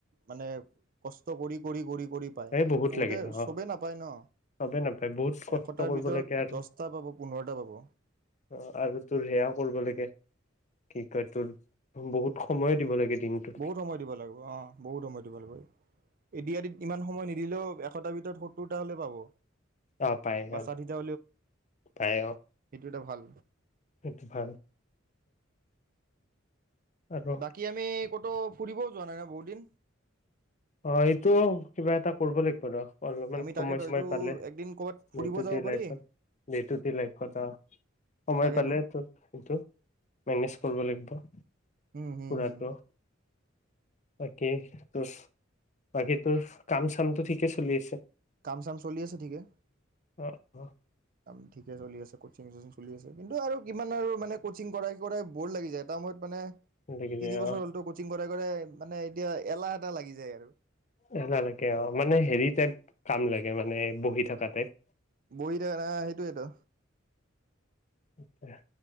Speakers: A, on the right; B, on the left.
A: মানে কষ্ট কৰি কৰি কৰি কৰি পায়
B: এই বহুত
A: বহুতে
B: লাগে
A: চবেই
B: অ
A: নাপায় ন
B: চবে নাপায় বহুত কষ্ট
A: এশটাৰ
B: কৰিব
A: ভিতৰত
B: লাগে আৰু
A: দহটা পাব পোন্ধৰটা পাব
B: অ আৰু তোৰ সেয়াও কৰিব লাগে কি কয় তোৰ বহুত সময় দিব লাগে দিনটোত
A: বহুত সময় দিব লাগিব অ বহুত সময় দিব লাগিব এডিআৰইত ইমান সময় নিদিলেও এশটাৰ ভিতৰত সত্তৰটা হ'লে পাব
B: অ পায়
A: বা
B: অ
A: ষাঠিটা
B: পায় অ
A: টা ভাল
B: সেইটো ভাল আৰু
A: বাকি আমি কত তো ফুৰিবও যোৱা নাই ন বহুত দিন
B: অ এইটো কিবা এটা কৰিব লাগিব ৰ অলপমান
A: আমি
B: সময়
A: তাকেতো
B: সময়
A: এইটো
B: পালে
A: একদিন ক'ৰবাত ফুৰিব
B: ডে টু
A: যাব
B: ডে
A: পাৰি
B: লাইফত ডে টু ডে লাইফত সময়
A: তাকেইতো
B: পালে তো সেইটো মেনেজ কৰিব লাগিব
A: উম হুম
B: ফুৰাটো
A: হুম
B: বাকী তোৰ বাকী তোৰ কাম চামটো ঠিকে চলি আছে
A: কাম চাম চলি আছে ঠিকে
B: অ অ
A: কাম ঠিকে চলি আছে ক চলি আছে কিন্তু আৰু কিমান আৰু মানে কচিং কৰাই কৰাই বৰ লাগি যায় এটা সময়ত মানে
B: লাগিছে
A: তিনি বছৰ
B: অ
A: হ'লতো কচিং কৰাই কৰাই মানে এতিয়া এলাহ এটা লাগি যায় আৰু
B: শুনালৈকে অ মানে হেৰি টাইপ কাম লাগে মানে বহি থকা টাইপ
A: বহি থকা না সেইটোৱেতো
B: আা <unintelligible>